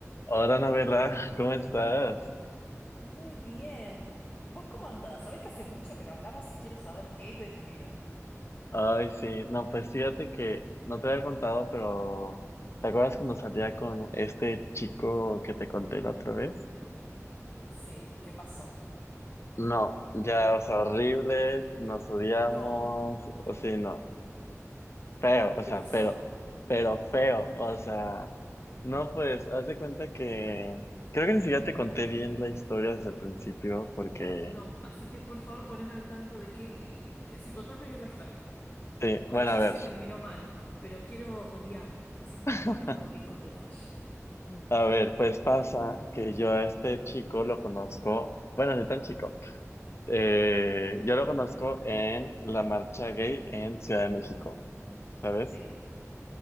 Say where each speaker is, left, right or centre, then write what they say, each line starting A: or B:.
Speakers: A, on the left; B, on the left.
A: Hola, Anabela, <laughs> ¿cómo estás?
B: Muy bien. ¿Vos cómo andás? Sabés que hace mucho que no hablamos y quiero saber qué es de tu vida.
A: Ay, sí, no, pues fíjate que no te había contado, pero ¿te acuerdas cuando salía con este chico que te conté la otra vez?
B: Sí, ¿qué pasó?
A: No, ya, o sea, horrible, nos odiamos,
B: No,
A: o sí, no, feo, o sea,
B: ¿qué pasó?
A: pero, pero feo, o sea, no, pues, haz de cuenta que creo que ni siquiera te conté bien la historia desde el principio, porque,
B: No, así que por favor poneme al tanto de qué, que- sí, contame bien la historia.
A: sí,
B: O
A: bueno,
B: sea, yo
A: a ver.
B: sé que terminó mal, pero quiero odiarlo, así que contame
A: <laughs>
B: todo bien con detalle.
A: A ver, pues pasa que yo a este chico lo conozco, bueno, no tan chico, eh, yo lo conozco en la marcha gay en Ciudad de México, ¿sabes?
B: Sí,